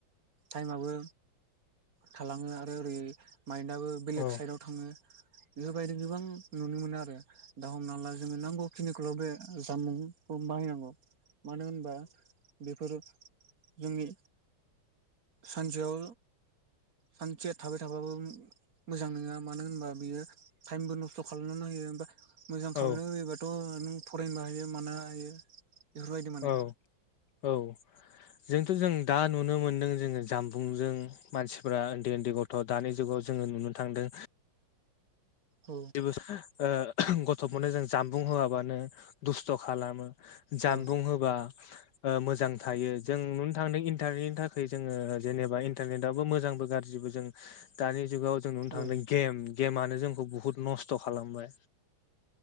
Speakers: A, on the right; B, on the left.
A: टाइमाबो थालाङो आरो ओरै माइन्दआबो बेलेग
B: औ
A: साइदाव थाङो। बेफोरबायदि गोबां नुनो मोनो आरो दा हमना ला जोङो नांगौ खिनिखौल' बे जामबुंखौ बाहायनांगौ। मानो होनबा बेफोर जोंनि सानसेयाव सानसेया थाबाय थाबाबो मोजां नङा मानो होनबा बियो टाइमबो नस्थ' खालामनानै होयो बा मोजां खामानियाव
B: औ
A: होयोबाथ' नों फरायनोबो हायो मानो हायो। बेफोरबायदि माने
B: औ औ जोंथ' जों दा नुनो मोन्दों जोङो जामबुंजों मानसिफ्रा उन्दै उन्दै गथ' दानि जुगाव जों नुनो थांदों
A: औ
B: जेबो ओ गथ'फोरनो जों जानबुं होआबानो दुस्थ' खालामो जानबुं
A: औ
B: होबा मोजां थायो। जों नुनो थांदों इन्टारनेटनि थाखाय जोङो जेनेबा इन्टारनेटआबो मोजांबो गाज्रि जों दानि जुगाव जों नुनो
A: औ
B: थांदों गेम, गेमआनो जोंखौ बहुत नस्थ' खालामबाय